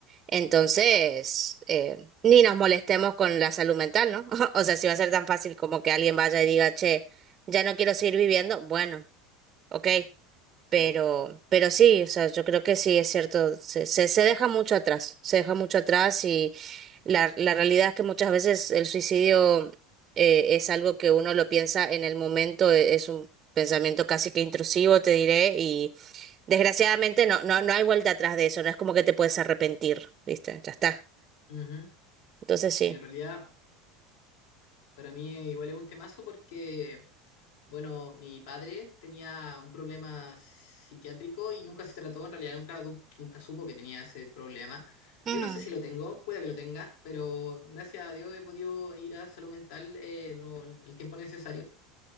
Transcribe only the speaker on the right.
entonces eh, ni nos molestemos con la salud mental, ¿no? <laughs> O sea, si va a ser tan fácil como que alguien vaya y diga, che, ya no quiero seguir viviendo, bueno. ¿ok?
Pero,
pero sí, o sea, yo creo que sí, es cierto, se, se, se deja mucho atrás, se deja mucho atrás y la, la realidad es que muchas veces el suicidio eh, es algo que uno lo piensa en el momento, e- es un pensamiento casi que intrusivo, te diré, y desgraciadamente no, no, no hay vuelta atrás de eso, no es como que te puedes arrepentir, ¿viste? Ya está.
Entonces
sí.
Mm,